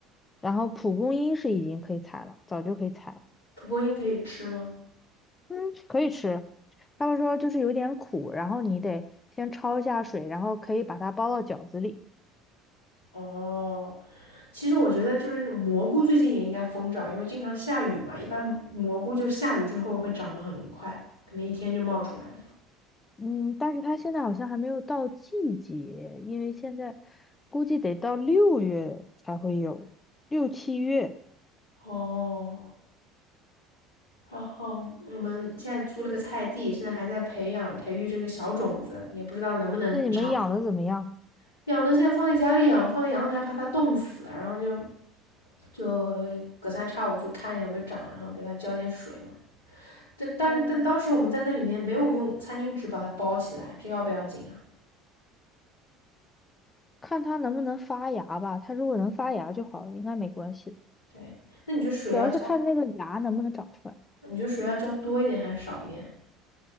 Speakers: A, on the left; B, on the left.
A: 然后蒲公英是已经可以采了，早就可以采了
B: 蒲公英可以吃吗？
A: 嗯，可以吃。他们说就是有点苦，然后你得先焯一下水，然后可以把它包到饺子里。
B: 哦，其实我觉得就是那蘑菇最近也应该疯长，因为经常下雨嘛，一般蘑菇就是下雨之后会长得很快，可能一天就冒出来了。
A: 嗯，但是它现在好像还没有到季节，因为现在估计得到六月才会有，六七月。
B: 哦，然后我们现在租了个菜地，现在还在培养培育这个小种子，也不知道能不能长出来
A: 那你们养的怎么样？
B: 养的现在放在家里养，放在阳台怕它冻死，然后就就隔三差五去看一下有没有长，然后给它浇点水嘛。但但是但当时我们在那里面没有用餐巾纸把它包起来，
A: 哦，
B: 这要不要紧啊？
A: 看它能不能发芽吧。它如果能发芽就好了，应该没关系。
B: 对，那你觉得水要浇，
A: 主要是看那个芽能不能长出来，
B: 你觉得水要浇多一点还是少一点？